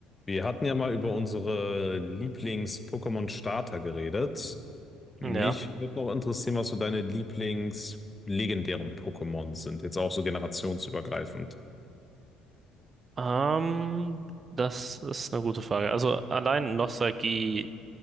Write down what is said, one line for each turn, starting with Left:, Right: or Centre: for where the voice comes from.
Left: Wir hatten ja mal über unsere Lieblings-Pokémon-Starter geredet. Mich
Right: Ja.
Left: würde noch interessieren, was so deine Lieblings-legendären Pokémon sind. Jetzt auch so generationsübergreifend.
Right: Ähm, das ist eine gute Frage. Also allein Nostalgie,